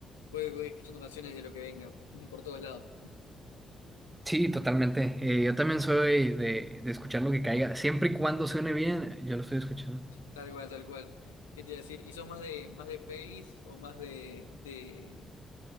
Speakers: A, on the left; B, on the right.
A: voy, voy escuchando canciones de lo que venga, <laughs> por todos lados.
B: Sí, totalmente. Eh, yo también soy de, de escuchar lo que caiga. Siempre y cuando suene bien, yo lo estoy escuchando.
A: Tal cual, tal cual. ¿Qué te iba a decir? ¿Y son más de, más de pelis o más de, de,